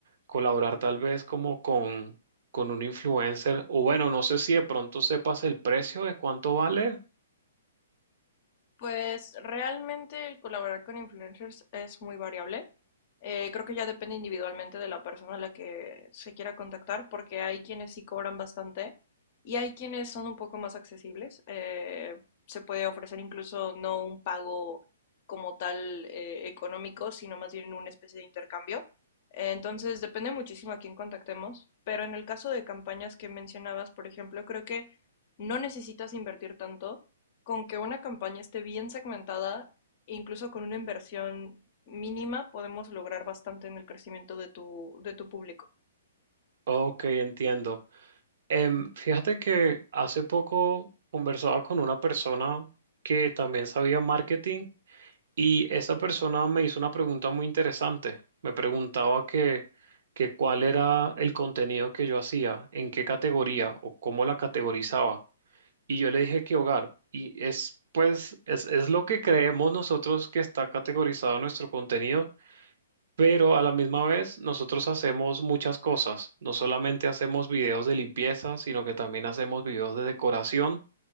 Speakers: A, on the right; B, on the left.
A: colaborar tal vez como con, con un influencer, o bueno, no sé si de pronto sepas el precio de cuánto vale.
B: Pues realmente el colaborar con influencers es muy variable. Eh, creo que ya depende individualmente de la persona a la que se quiera contactar, porque hay quienes sí cobran bastante y hay quienes son un poco más accesibles. Eh, se puede ofrecer incluso no un pago como tal eh, económico, sino más bien una especie de intercambio. Entonces depende muchísimo a quién contactemos, pero en el caso de campañas que mencionabas, por ejemplo, creo que no necesitas invertir tanto con que una campaña esté bien segmentada, incluso con una inversión mínima, podemos lograr bastante en el crecimiento de tu, de tu público.
A: Ok, entiendo. Em, fíjate que hace poco conversaba con una persona que también sabía marketing Y esa persona me hizo una pregunta muy interesante. Me preguntaba que, que cuál era el contenido que yo hacía, en qué categoría o cómo la categorizaba. Y yo le dije que hogar. Y es, pues, es, es lo que creemos nosotros que está categorizado nuestro contenido, pero a la misma vez nosotros hacemos muchas cosas. No solamente hacemos videos de limpieza, sino que también hacemos videos de decoración